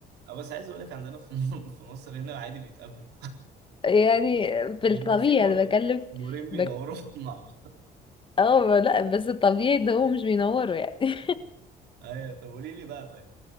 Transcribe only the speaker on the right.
اه بس عايز اقول لك عندنا في <laughs> م- في مصر هنا عادي بيتقابلوا
<laughs>
بيبقى
في نورين
نورين بينوروا
<laughs> مع بعض
ايوه طب قولي لي بقى طيب